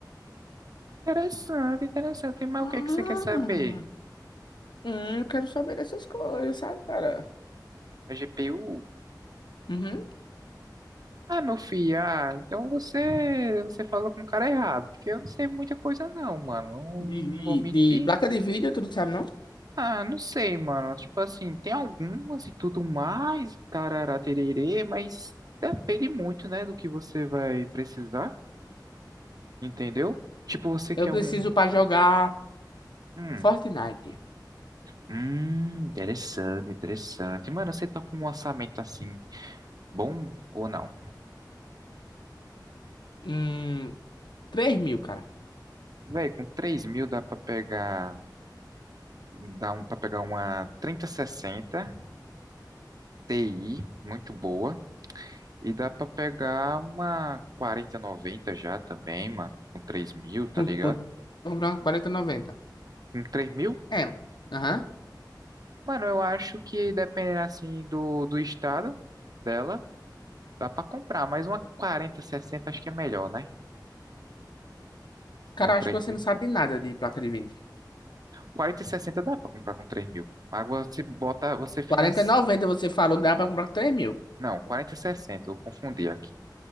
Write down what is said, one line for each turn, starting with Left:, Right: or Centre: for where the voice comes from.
Right: interessante, interessante, mas
Left: Ah,
Right: o que é que você quer saber?
Left: Hum, eu quero saber dessas coisas, sabe, cara?
Right: A GPU?
Left: Uhum.
Right: Ah, meu filho, ah, então você, você falou com o cara errado, porque eu não sei muita coisa não, mano,
Left: De,
Right: não, não vou mentir.
Left: de, de placa de vídeo, tu não sabe, não?
Right: Ah, não sei, mano, tipo assim, tem algumas e tudo mais, tarará, tererê, mas depende muito, né, do que você vai precisar. Entendeu? Tipo, você
Left: Eu
Right: quer
Left: preciso
Right: um.
Left: pra jogar
Right: Hum,
Left: Fortnite.
Right: hum, interessante, interessante. Mano, você tá com um orçamento assim, bom ou não?
Left: Hum. três mil, cara.
Right: Véi, com três mil dá pra pegar. Dá um, pra pegar uma trinta sessenta Ti, muito boa. E dá pra pegar uma quarenta noventa já também, mano. Com três mil, tá
Left: Com,
Right: ligado?
Left: com, comprando quarenta e noventa
Right: Com três mil?
Left: É. Aham.
Right: Mano, eu acho que dependendo assim do, do estado dela, dá pra comprar. Mas uma quarenta sessenta acho que é melhor, né?
Left: Cara,
Right: Com três
Left: acho que você
Right: mil.
Left: não sabe nada de placa de vídeo.
Right: quarenta e sessenta dá para comprar com três mil. Agora você bota, você financia.
Left: quarenta e noventa você falou que dá pra comprar com três mil.
Right: Não, quarenta e sessenta eu confundi aqui.